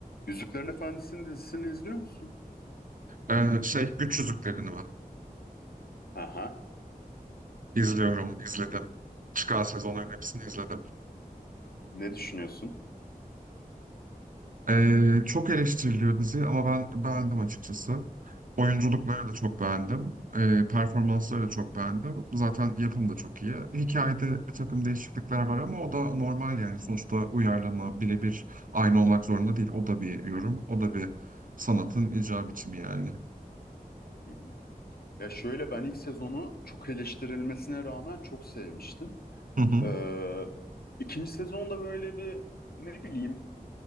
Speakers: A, on the left; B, on the right.
A: Yüzüklerin Efendisi'nin dizisini izliyor musun?
B: Ee, şey Güç Yüzüklerini var.
A: Aha.
B: İzliyorum, izledim. Çıkan sezonların hepsini izledim.
A: Ne düşünüyorsun?
B: Ee, çok eleştiriliyor dizi ama ben beğendim açıkçası. Oyunculukları da çok beğendim. Ee, performansları da çok beğendim. Zaten yapım da çok iyi. Hikayede bir takım değişiklikler var ama o da normal yani. Sonuçta uyarlama birebir aynı olmak zorunda değil. O da bir yorum, o da bir sanatın icra biçimi yani.
A: Hı hı. Ya şöyle ben ilk sezonu çok eleştirilmesine rağmen çok sevmiştim.
B: Hı hı.
A: Ee, ikinci sezonda böyle bir ne bileyim